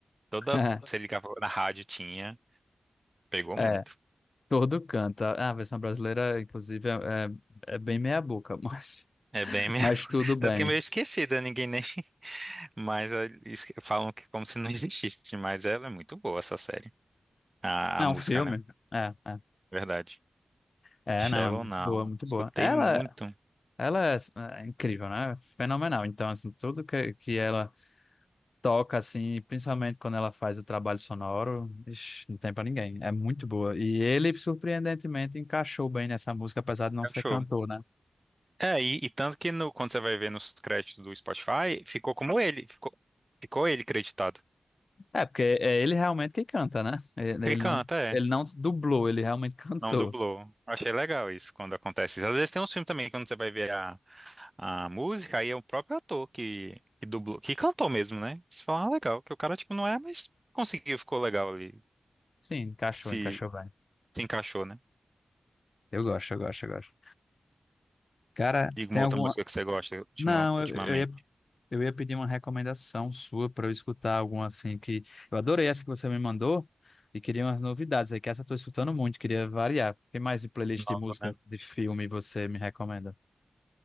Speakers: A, on the right; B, on the left.
A: Toda,
B: <laughs>
A: você ligava na rádio, tinha. Pegou
B: É,
A: muito.
B: todo canta. A versão brasileira, inclusive, é, é, é bem meia-boca, mas, <laughs>
A: É bem minha...
B: mas
A: <laughs>
B: tudo bem.
A: Tanto que é meio esquecida, ninguém nem... <laughs> Mas eh, esque- falam que como se não existisse, mas ela é muito boa, essa série. A,
B: É
A: a música,
B: um filme.
A: né?
B: É, é.
A: Verdade.
B: É,
A: Shallow
B: não, é muito
A: Now.
B: boa, muito
A: Escutei
B: boa. Ela,
A: muito.
B: ela é, é, incrível, né? Fenomenal. Então, assim, tudo que, que ela toca, assim, principalmente quando ela faz o trabalho sonoro, ixi, não tem pra ninguém. É muito boa. E ele, surpreendentemente, encaixou bem nessa música, apesar de não
A: Cachorro.
B: ser cantor, né?
A: É, e, e tanto que no, quando você vai ver nos créditos do Spotify, ficou como ele. Ficou, ficou ele creditado.
B: É, porque é ele realmente que canta, né? Ele
A: Ele
B: ele
A: canta,
B: não,
A: é.
B: ele não dublou, ele realmente <laughs> cantou.
A: Não dublou. Achei legal isso, quando acontece isso. Às vezes tem uns filmes também, quando você vai ver a a música, aí é o próprio ator que, que dublou, que cantou mesmo, né? Você fala, ah, legal, que o cara, tipo, não é, mas conseguiu, ficou legal ali,
B: Sim, encaixou,
A: se,
B: encaixou bem.
A: se encaixou, né?
B: Eu gosto, eu gosto, eu gosto. Cara,
A: Diga
B: tem
A: uma outra
B: alguma.
A: música que você gosta ultima-
B: Não,
A: ultimamente.
B: eu, eu ia, eu ia pedir uma recomendação sua pra eu escutar alguma assim que. Eu adorei essa que você me mandou e queria umas novidades aí, que essa eu tô escutando muito, queria variar. O que mais de playlist
A: Nova,
B: de música,
A: né?
B: de filme você me recomenda?